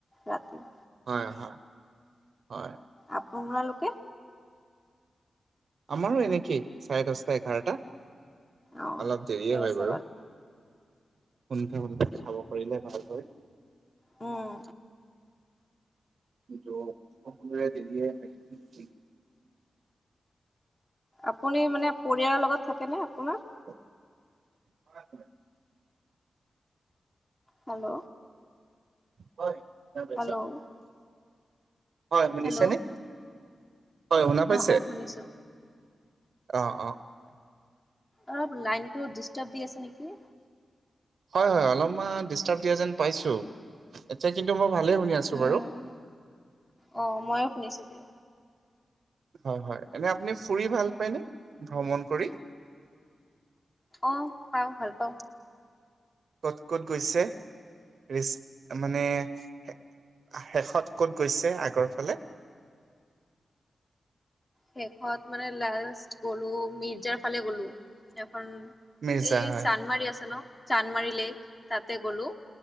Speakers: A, on the left; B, on the right.
A: ৰাতি।
B: হয়, হয়, হয়।
A: আপোনালোকে
B: আমাৰো এনেকেই চাৰে দহটা এঘাৰটা।
A: অ
B: অলপ দেৰিয়ে
A: ঠিকে
B: হয়
A: আছে
B: বাৰু সুনকে খাব কৰিলে ভাল হয়।
A: উম।
B: <unintelligible>
A: আপুনি মানে পৰিয়ালৰ লগত থাকেনে আপোনাৰ।
B: <inaudible>
A: হেল্ল'।
B: হয় শুনা পাইছোঁ,
A: হেল্ল'
B: হয় শুনিছেনে।
A: হেল্ল'
B: হয়, শুনা পাইছে
A: অ অ শুনিছো
B: অঁ অঁ
A: অলপ লাইনতটো ডিষ্টাৰ্ব দি আছে নেকি?
B: হয় হয় অলপমান ডিষ্টাৰ্ব দিয়া যেন পাইছো, এতিয়া কিন্তু মই ভালেই শুনি আছো
A: উম
B: বাৰু।
A: অ ময়ে শুনিছো দেই
B: হয় হয়, এনে আপুনি ফুৰি ভাল পায়নে ভ্ৰমণ কৰি
A: অঁ পাওঁ, ভাল পাওঁ।
B: ক'ত ক'ত গৈছে? ৰিছ মানে শেষত ক'ত গৈছে আগৰ ফালে?
A: শেষত মানে লাষ্ট গ'লো মিৰ্জাৰ ফালে গ'লো, এখন
B: মিৰ্জা
A: এই
B: হয়
A: চান্দমাৰি আছে ন, চান্দমাৰি লেক তাতে গলো